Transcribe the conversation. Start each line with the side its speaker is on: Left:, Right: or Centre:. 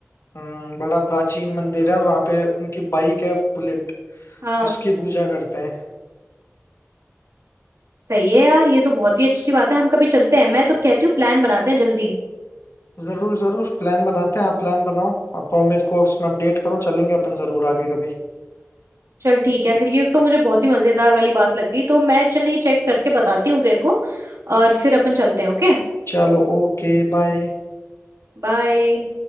Left: हम्म, बड़ा प्राचीन मंदिर है वहां पे उनकी बाइक है बुलेट
Right: हाँ
Left: उसकी पूजा करते हैं
Right: सही है यार ये तो बहुत ही अच्छी बात है हम कभी चलते हैं मैं तो कहती हूँ प्लान बनाते हैं जल्दी
Left: जरूर जरूर प्लान बनाते हैं आप प्लान बनाओ आप और मेरे को इसमें अपडेट करो चलेंगे अपन जरूर आगे कभी
Right: चल ठीक है फिर ये तो मुझे बहुत ही मजेदार वाली बात लग गई तो मैं चलिए चेक करके बताती हूँ तेरे को और फिर अपन चलते हैं ओके
Left: चलो ओके बाय
Right: बाय